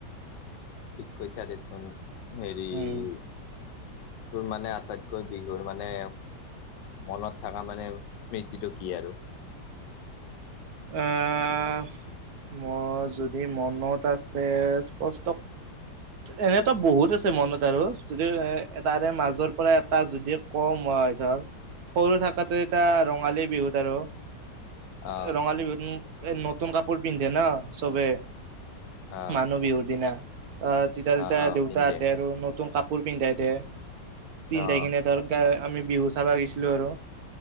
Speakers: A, on the left (about 80°); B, on the right (about 65°).
A: ঠিক কৈছা দেচোন হেৰি
B: উম
A: তোৰ মানে আটাইতকৈ বিহুৰ মানে মনত থকা মানে স্মৃতিটো কি আৰু
B: আহ মই যদি যদি মনত আছে স্পষ্ট এনেতো বহুত আছে মনত আৰু যদি এ এটাৰে মাজৰ পৰা এটা যদি কম হয় ধৰ সৰু থাকাতো এতিয়া ৰঙালী বিহুত আৰু
A: অ
B: ৰঙালী বিহুত নতুন কাপোৰ পিন্ধে না চবে
A: অ
B: মানুহ বিহুৰ দিনা আহ তেতিয়া তেতিয়া
A: অ অ
B: দেউতাহঁতে
A: পিন্ধে
B: আৰু নত নতুন কাপোৰ পিন্ধাই দে পিন্ধাই
A: অ
B: কিনে ধৰ গা আমি বিহু চাব গৈছিলো আৰু